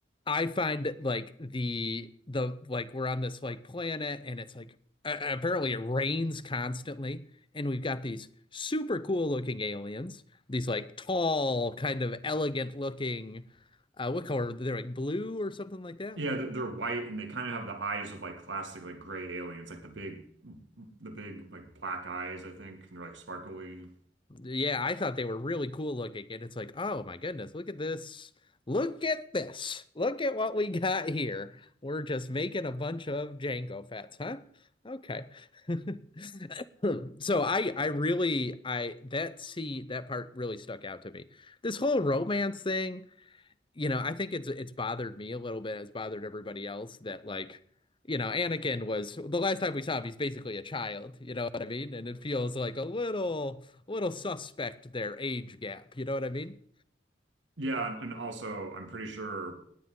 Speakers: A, on the left; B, on the right.
A: I find that like the the like we're on this like planet, and it's like uh, apparently it rains constantly, and we've got these super cool looking aliens, these like tall, kind of elegant looking. Uh, what color? They're like blue or something like that.
B: Yeah, they're white and they kind of have the eyes of like classic like gray aliens, like the big, the big like black eyes. I think and they're like sparkly.
A: Yeah, I thought they were really cool looking, and it's like, oh my goodness, look at this. Look at this. Look at what we got here. We're just making a bunch of Django fats, huh? Okay. <laughs> So I I really I that see that part really stuck out to me. This whole romance thing, you know, I think it's it's bothered me a little bit. It's bothered everybody else that like, you know, Anakin was the last time we saw him, he's basically a child, you know what I mean? And it feels like a little a little suspect their age gap, you know what I mean?
B: Yeah, and also I'm pretty sure